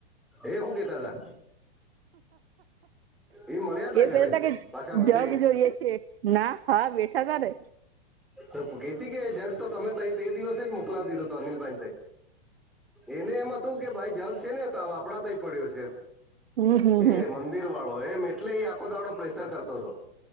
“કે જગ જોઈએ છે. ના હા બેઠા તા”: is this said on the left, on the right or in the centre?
Right